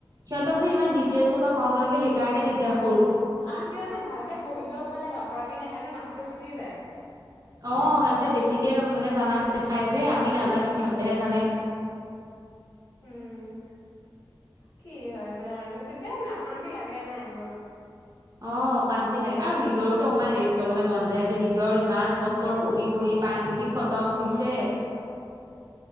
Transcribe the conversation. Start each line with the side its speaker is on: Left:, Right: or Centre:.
Right: সি। যে ইমান ডিটেইলছৰ পৰা পঢ়াব লাগে সেইকাৰণে দিগদাৰ হয়।
Left: আৰু কিয়নো ভালকে পঢ়িলেও ভাল লাগে অকৰামি দেখায় যে মাথাটো চুটি যায়।
Right: অ সিহঁতে বেছিকে মানে জানাতো দেখাই যে আমি নাজানো সিহঁতে। তেহে জানে।
Left: উম কি হয় বা তেতিয়া মানে অশান্তি লাগে নাই এইবোৰ।
Right: অ অশান্তি লাগে আৰু নিজৰোতো অকমান ৰেষ্ট লবলৈ মন যায় নিজৰ ইমান বছৰ পঢ়ি পঢ়ি ফাইনেলি খতম হৈছে।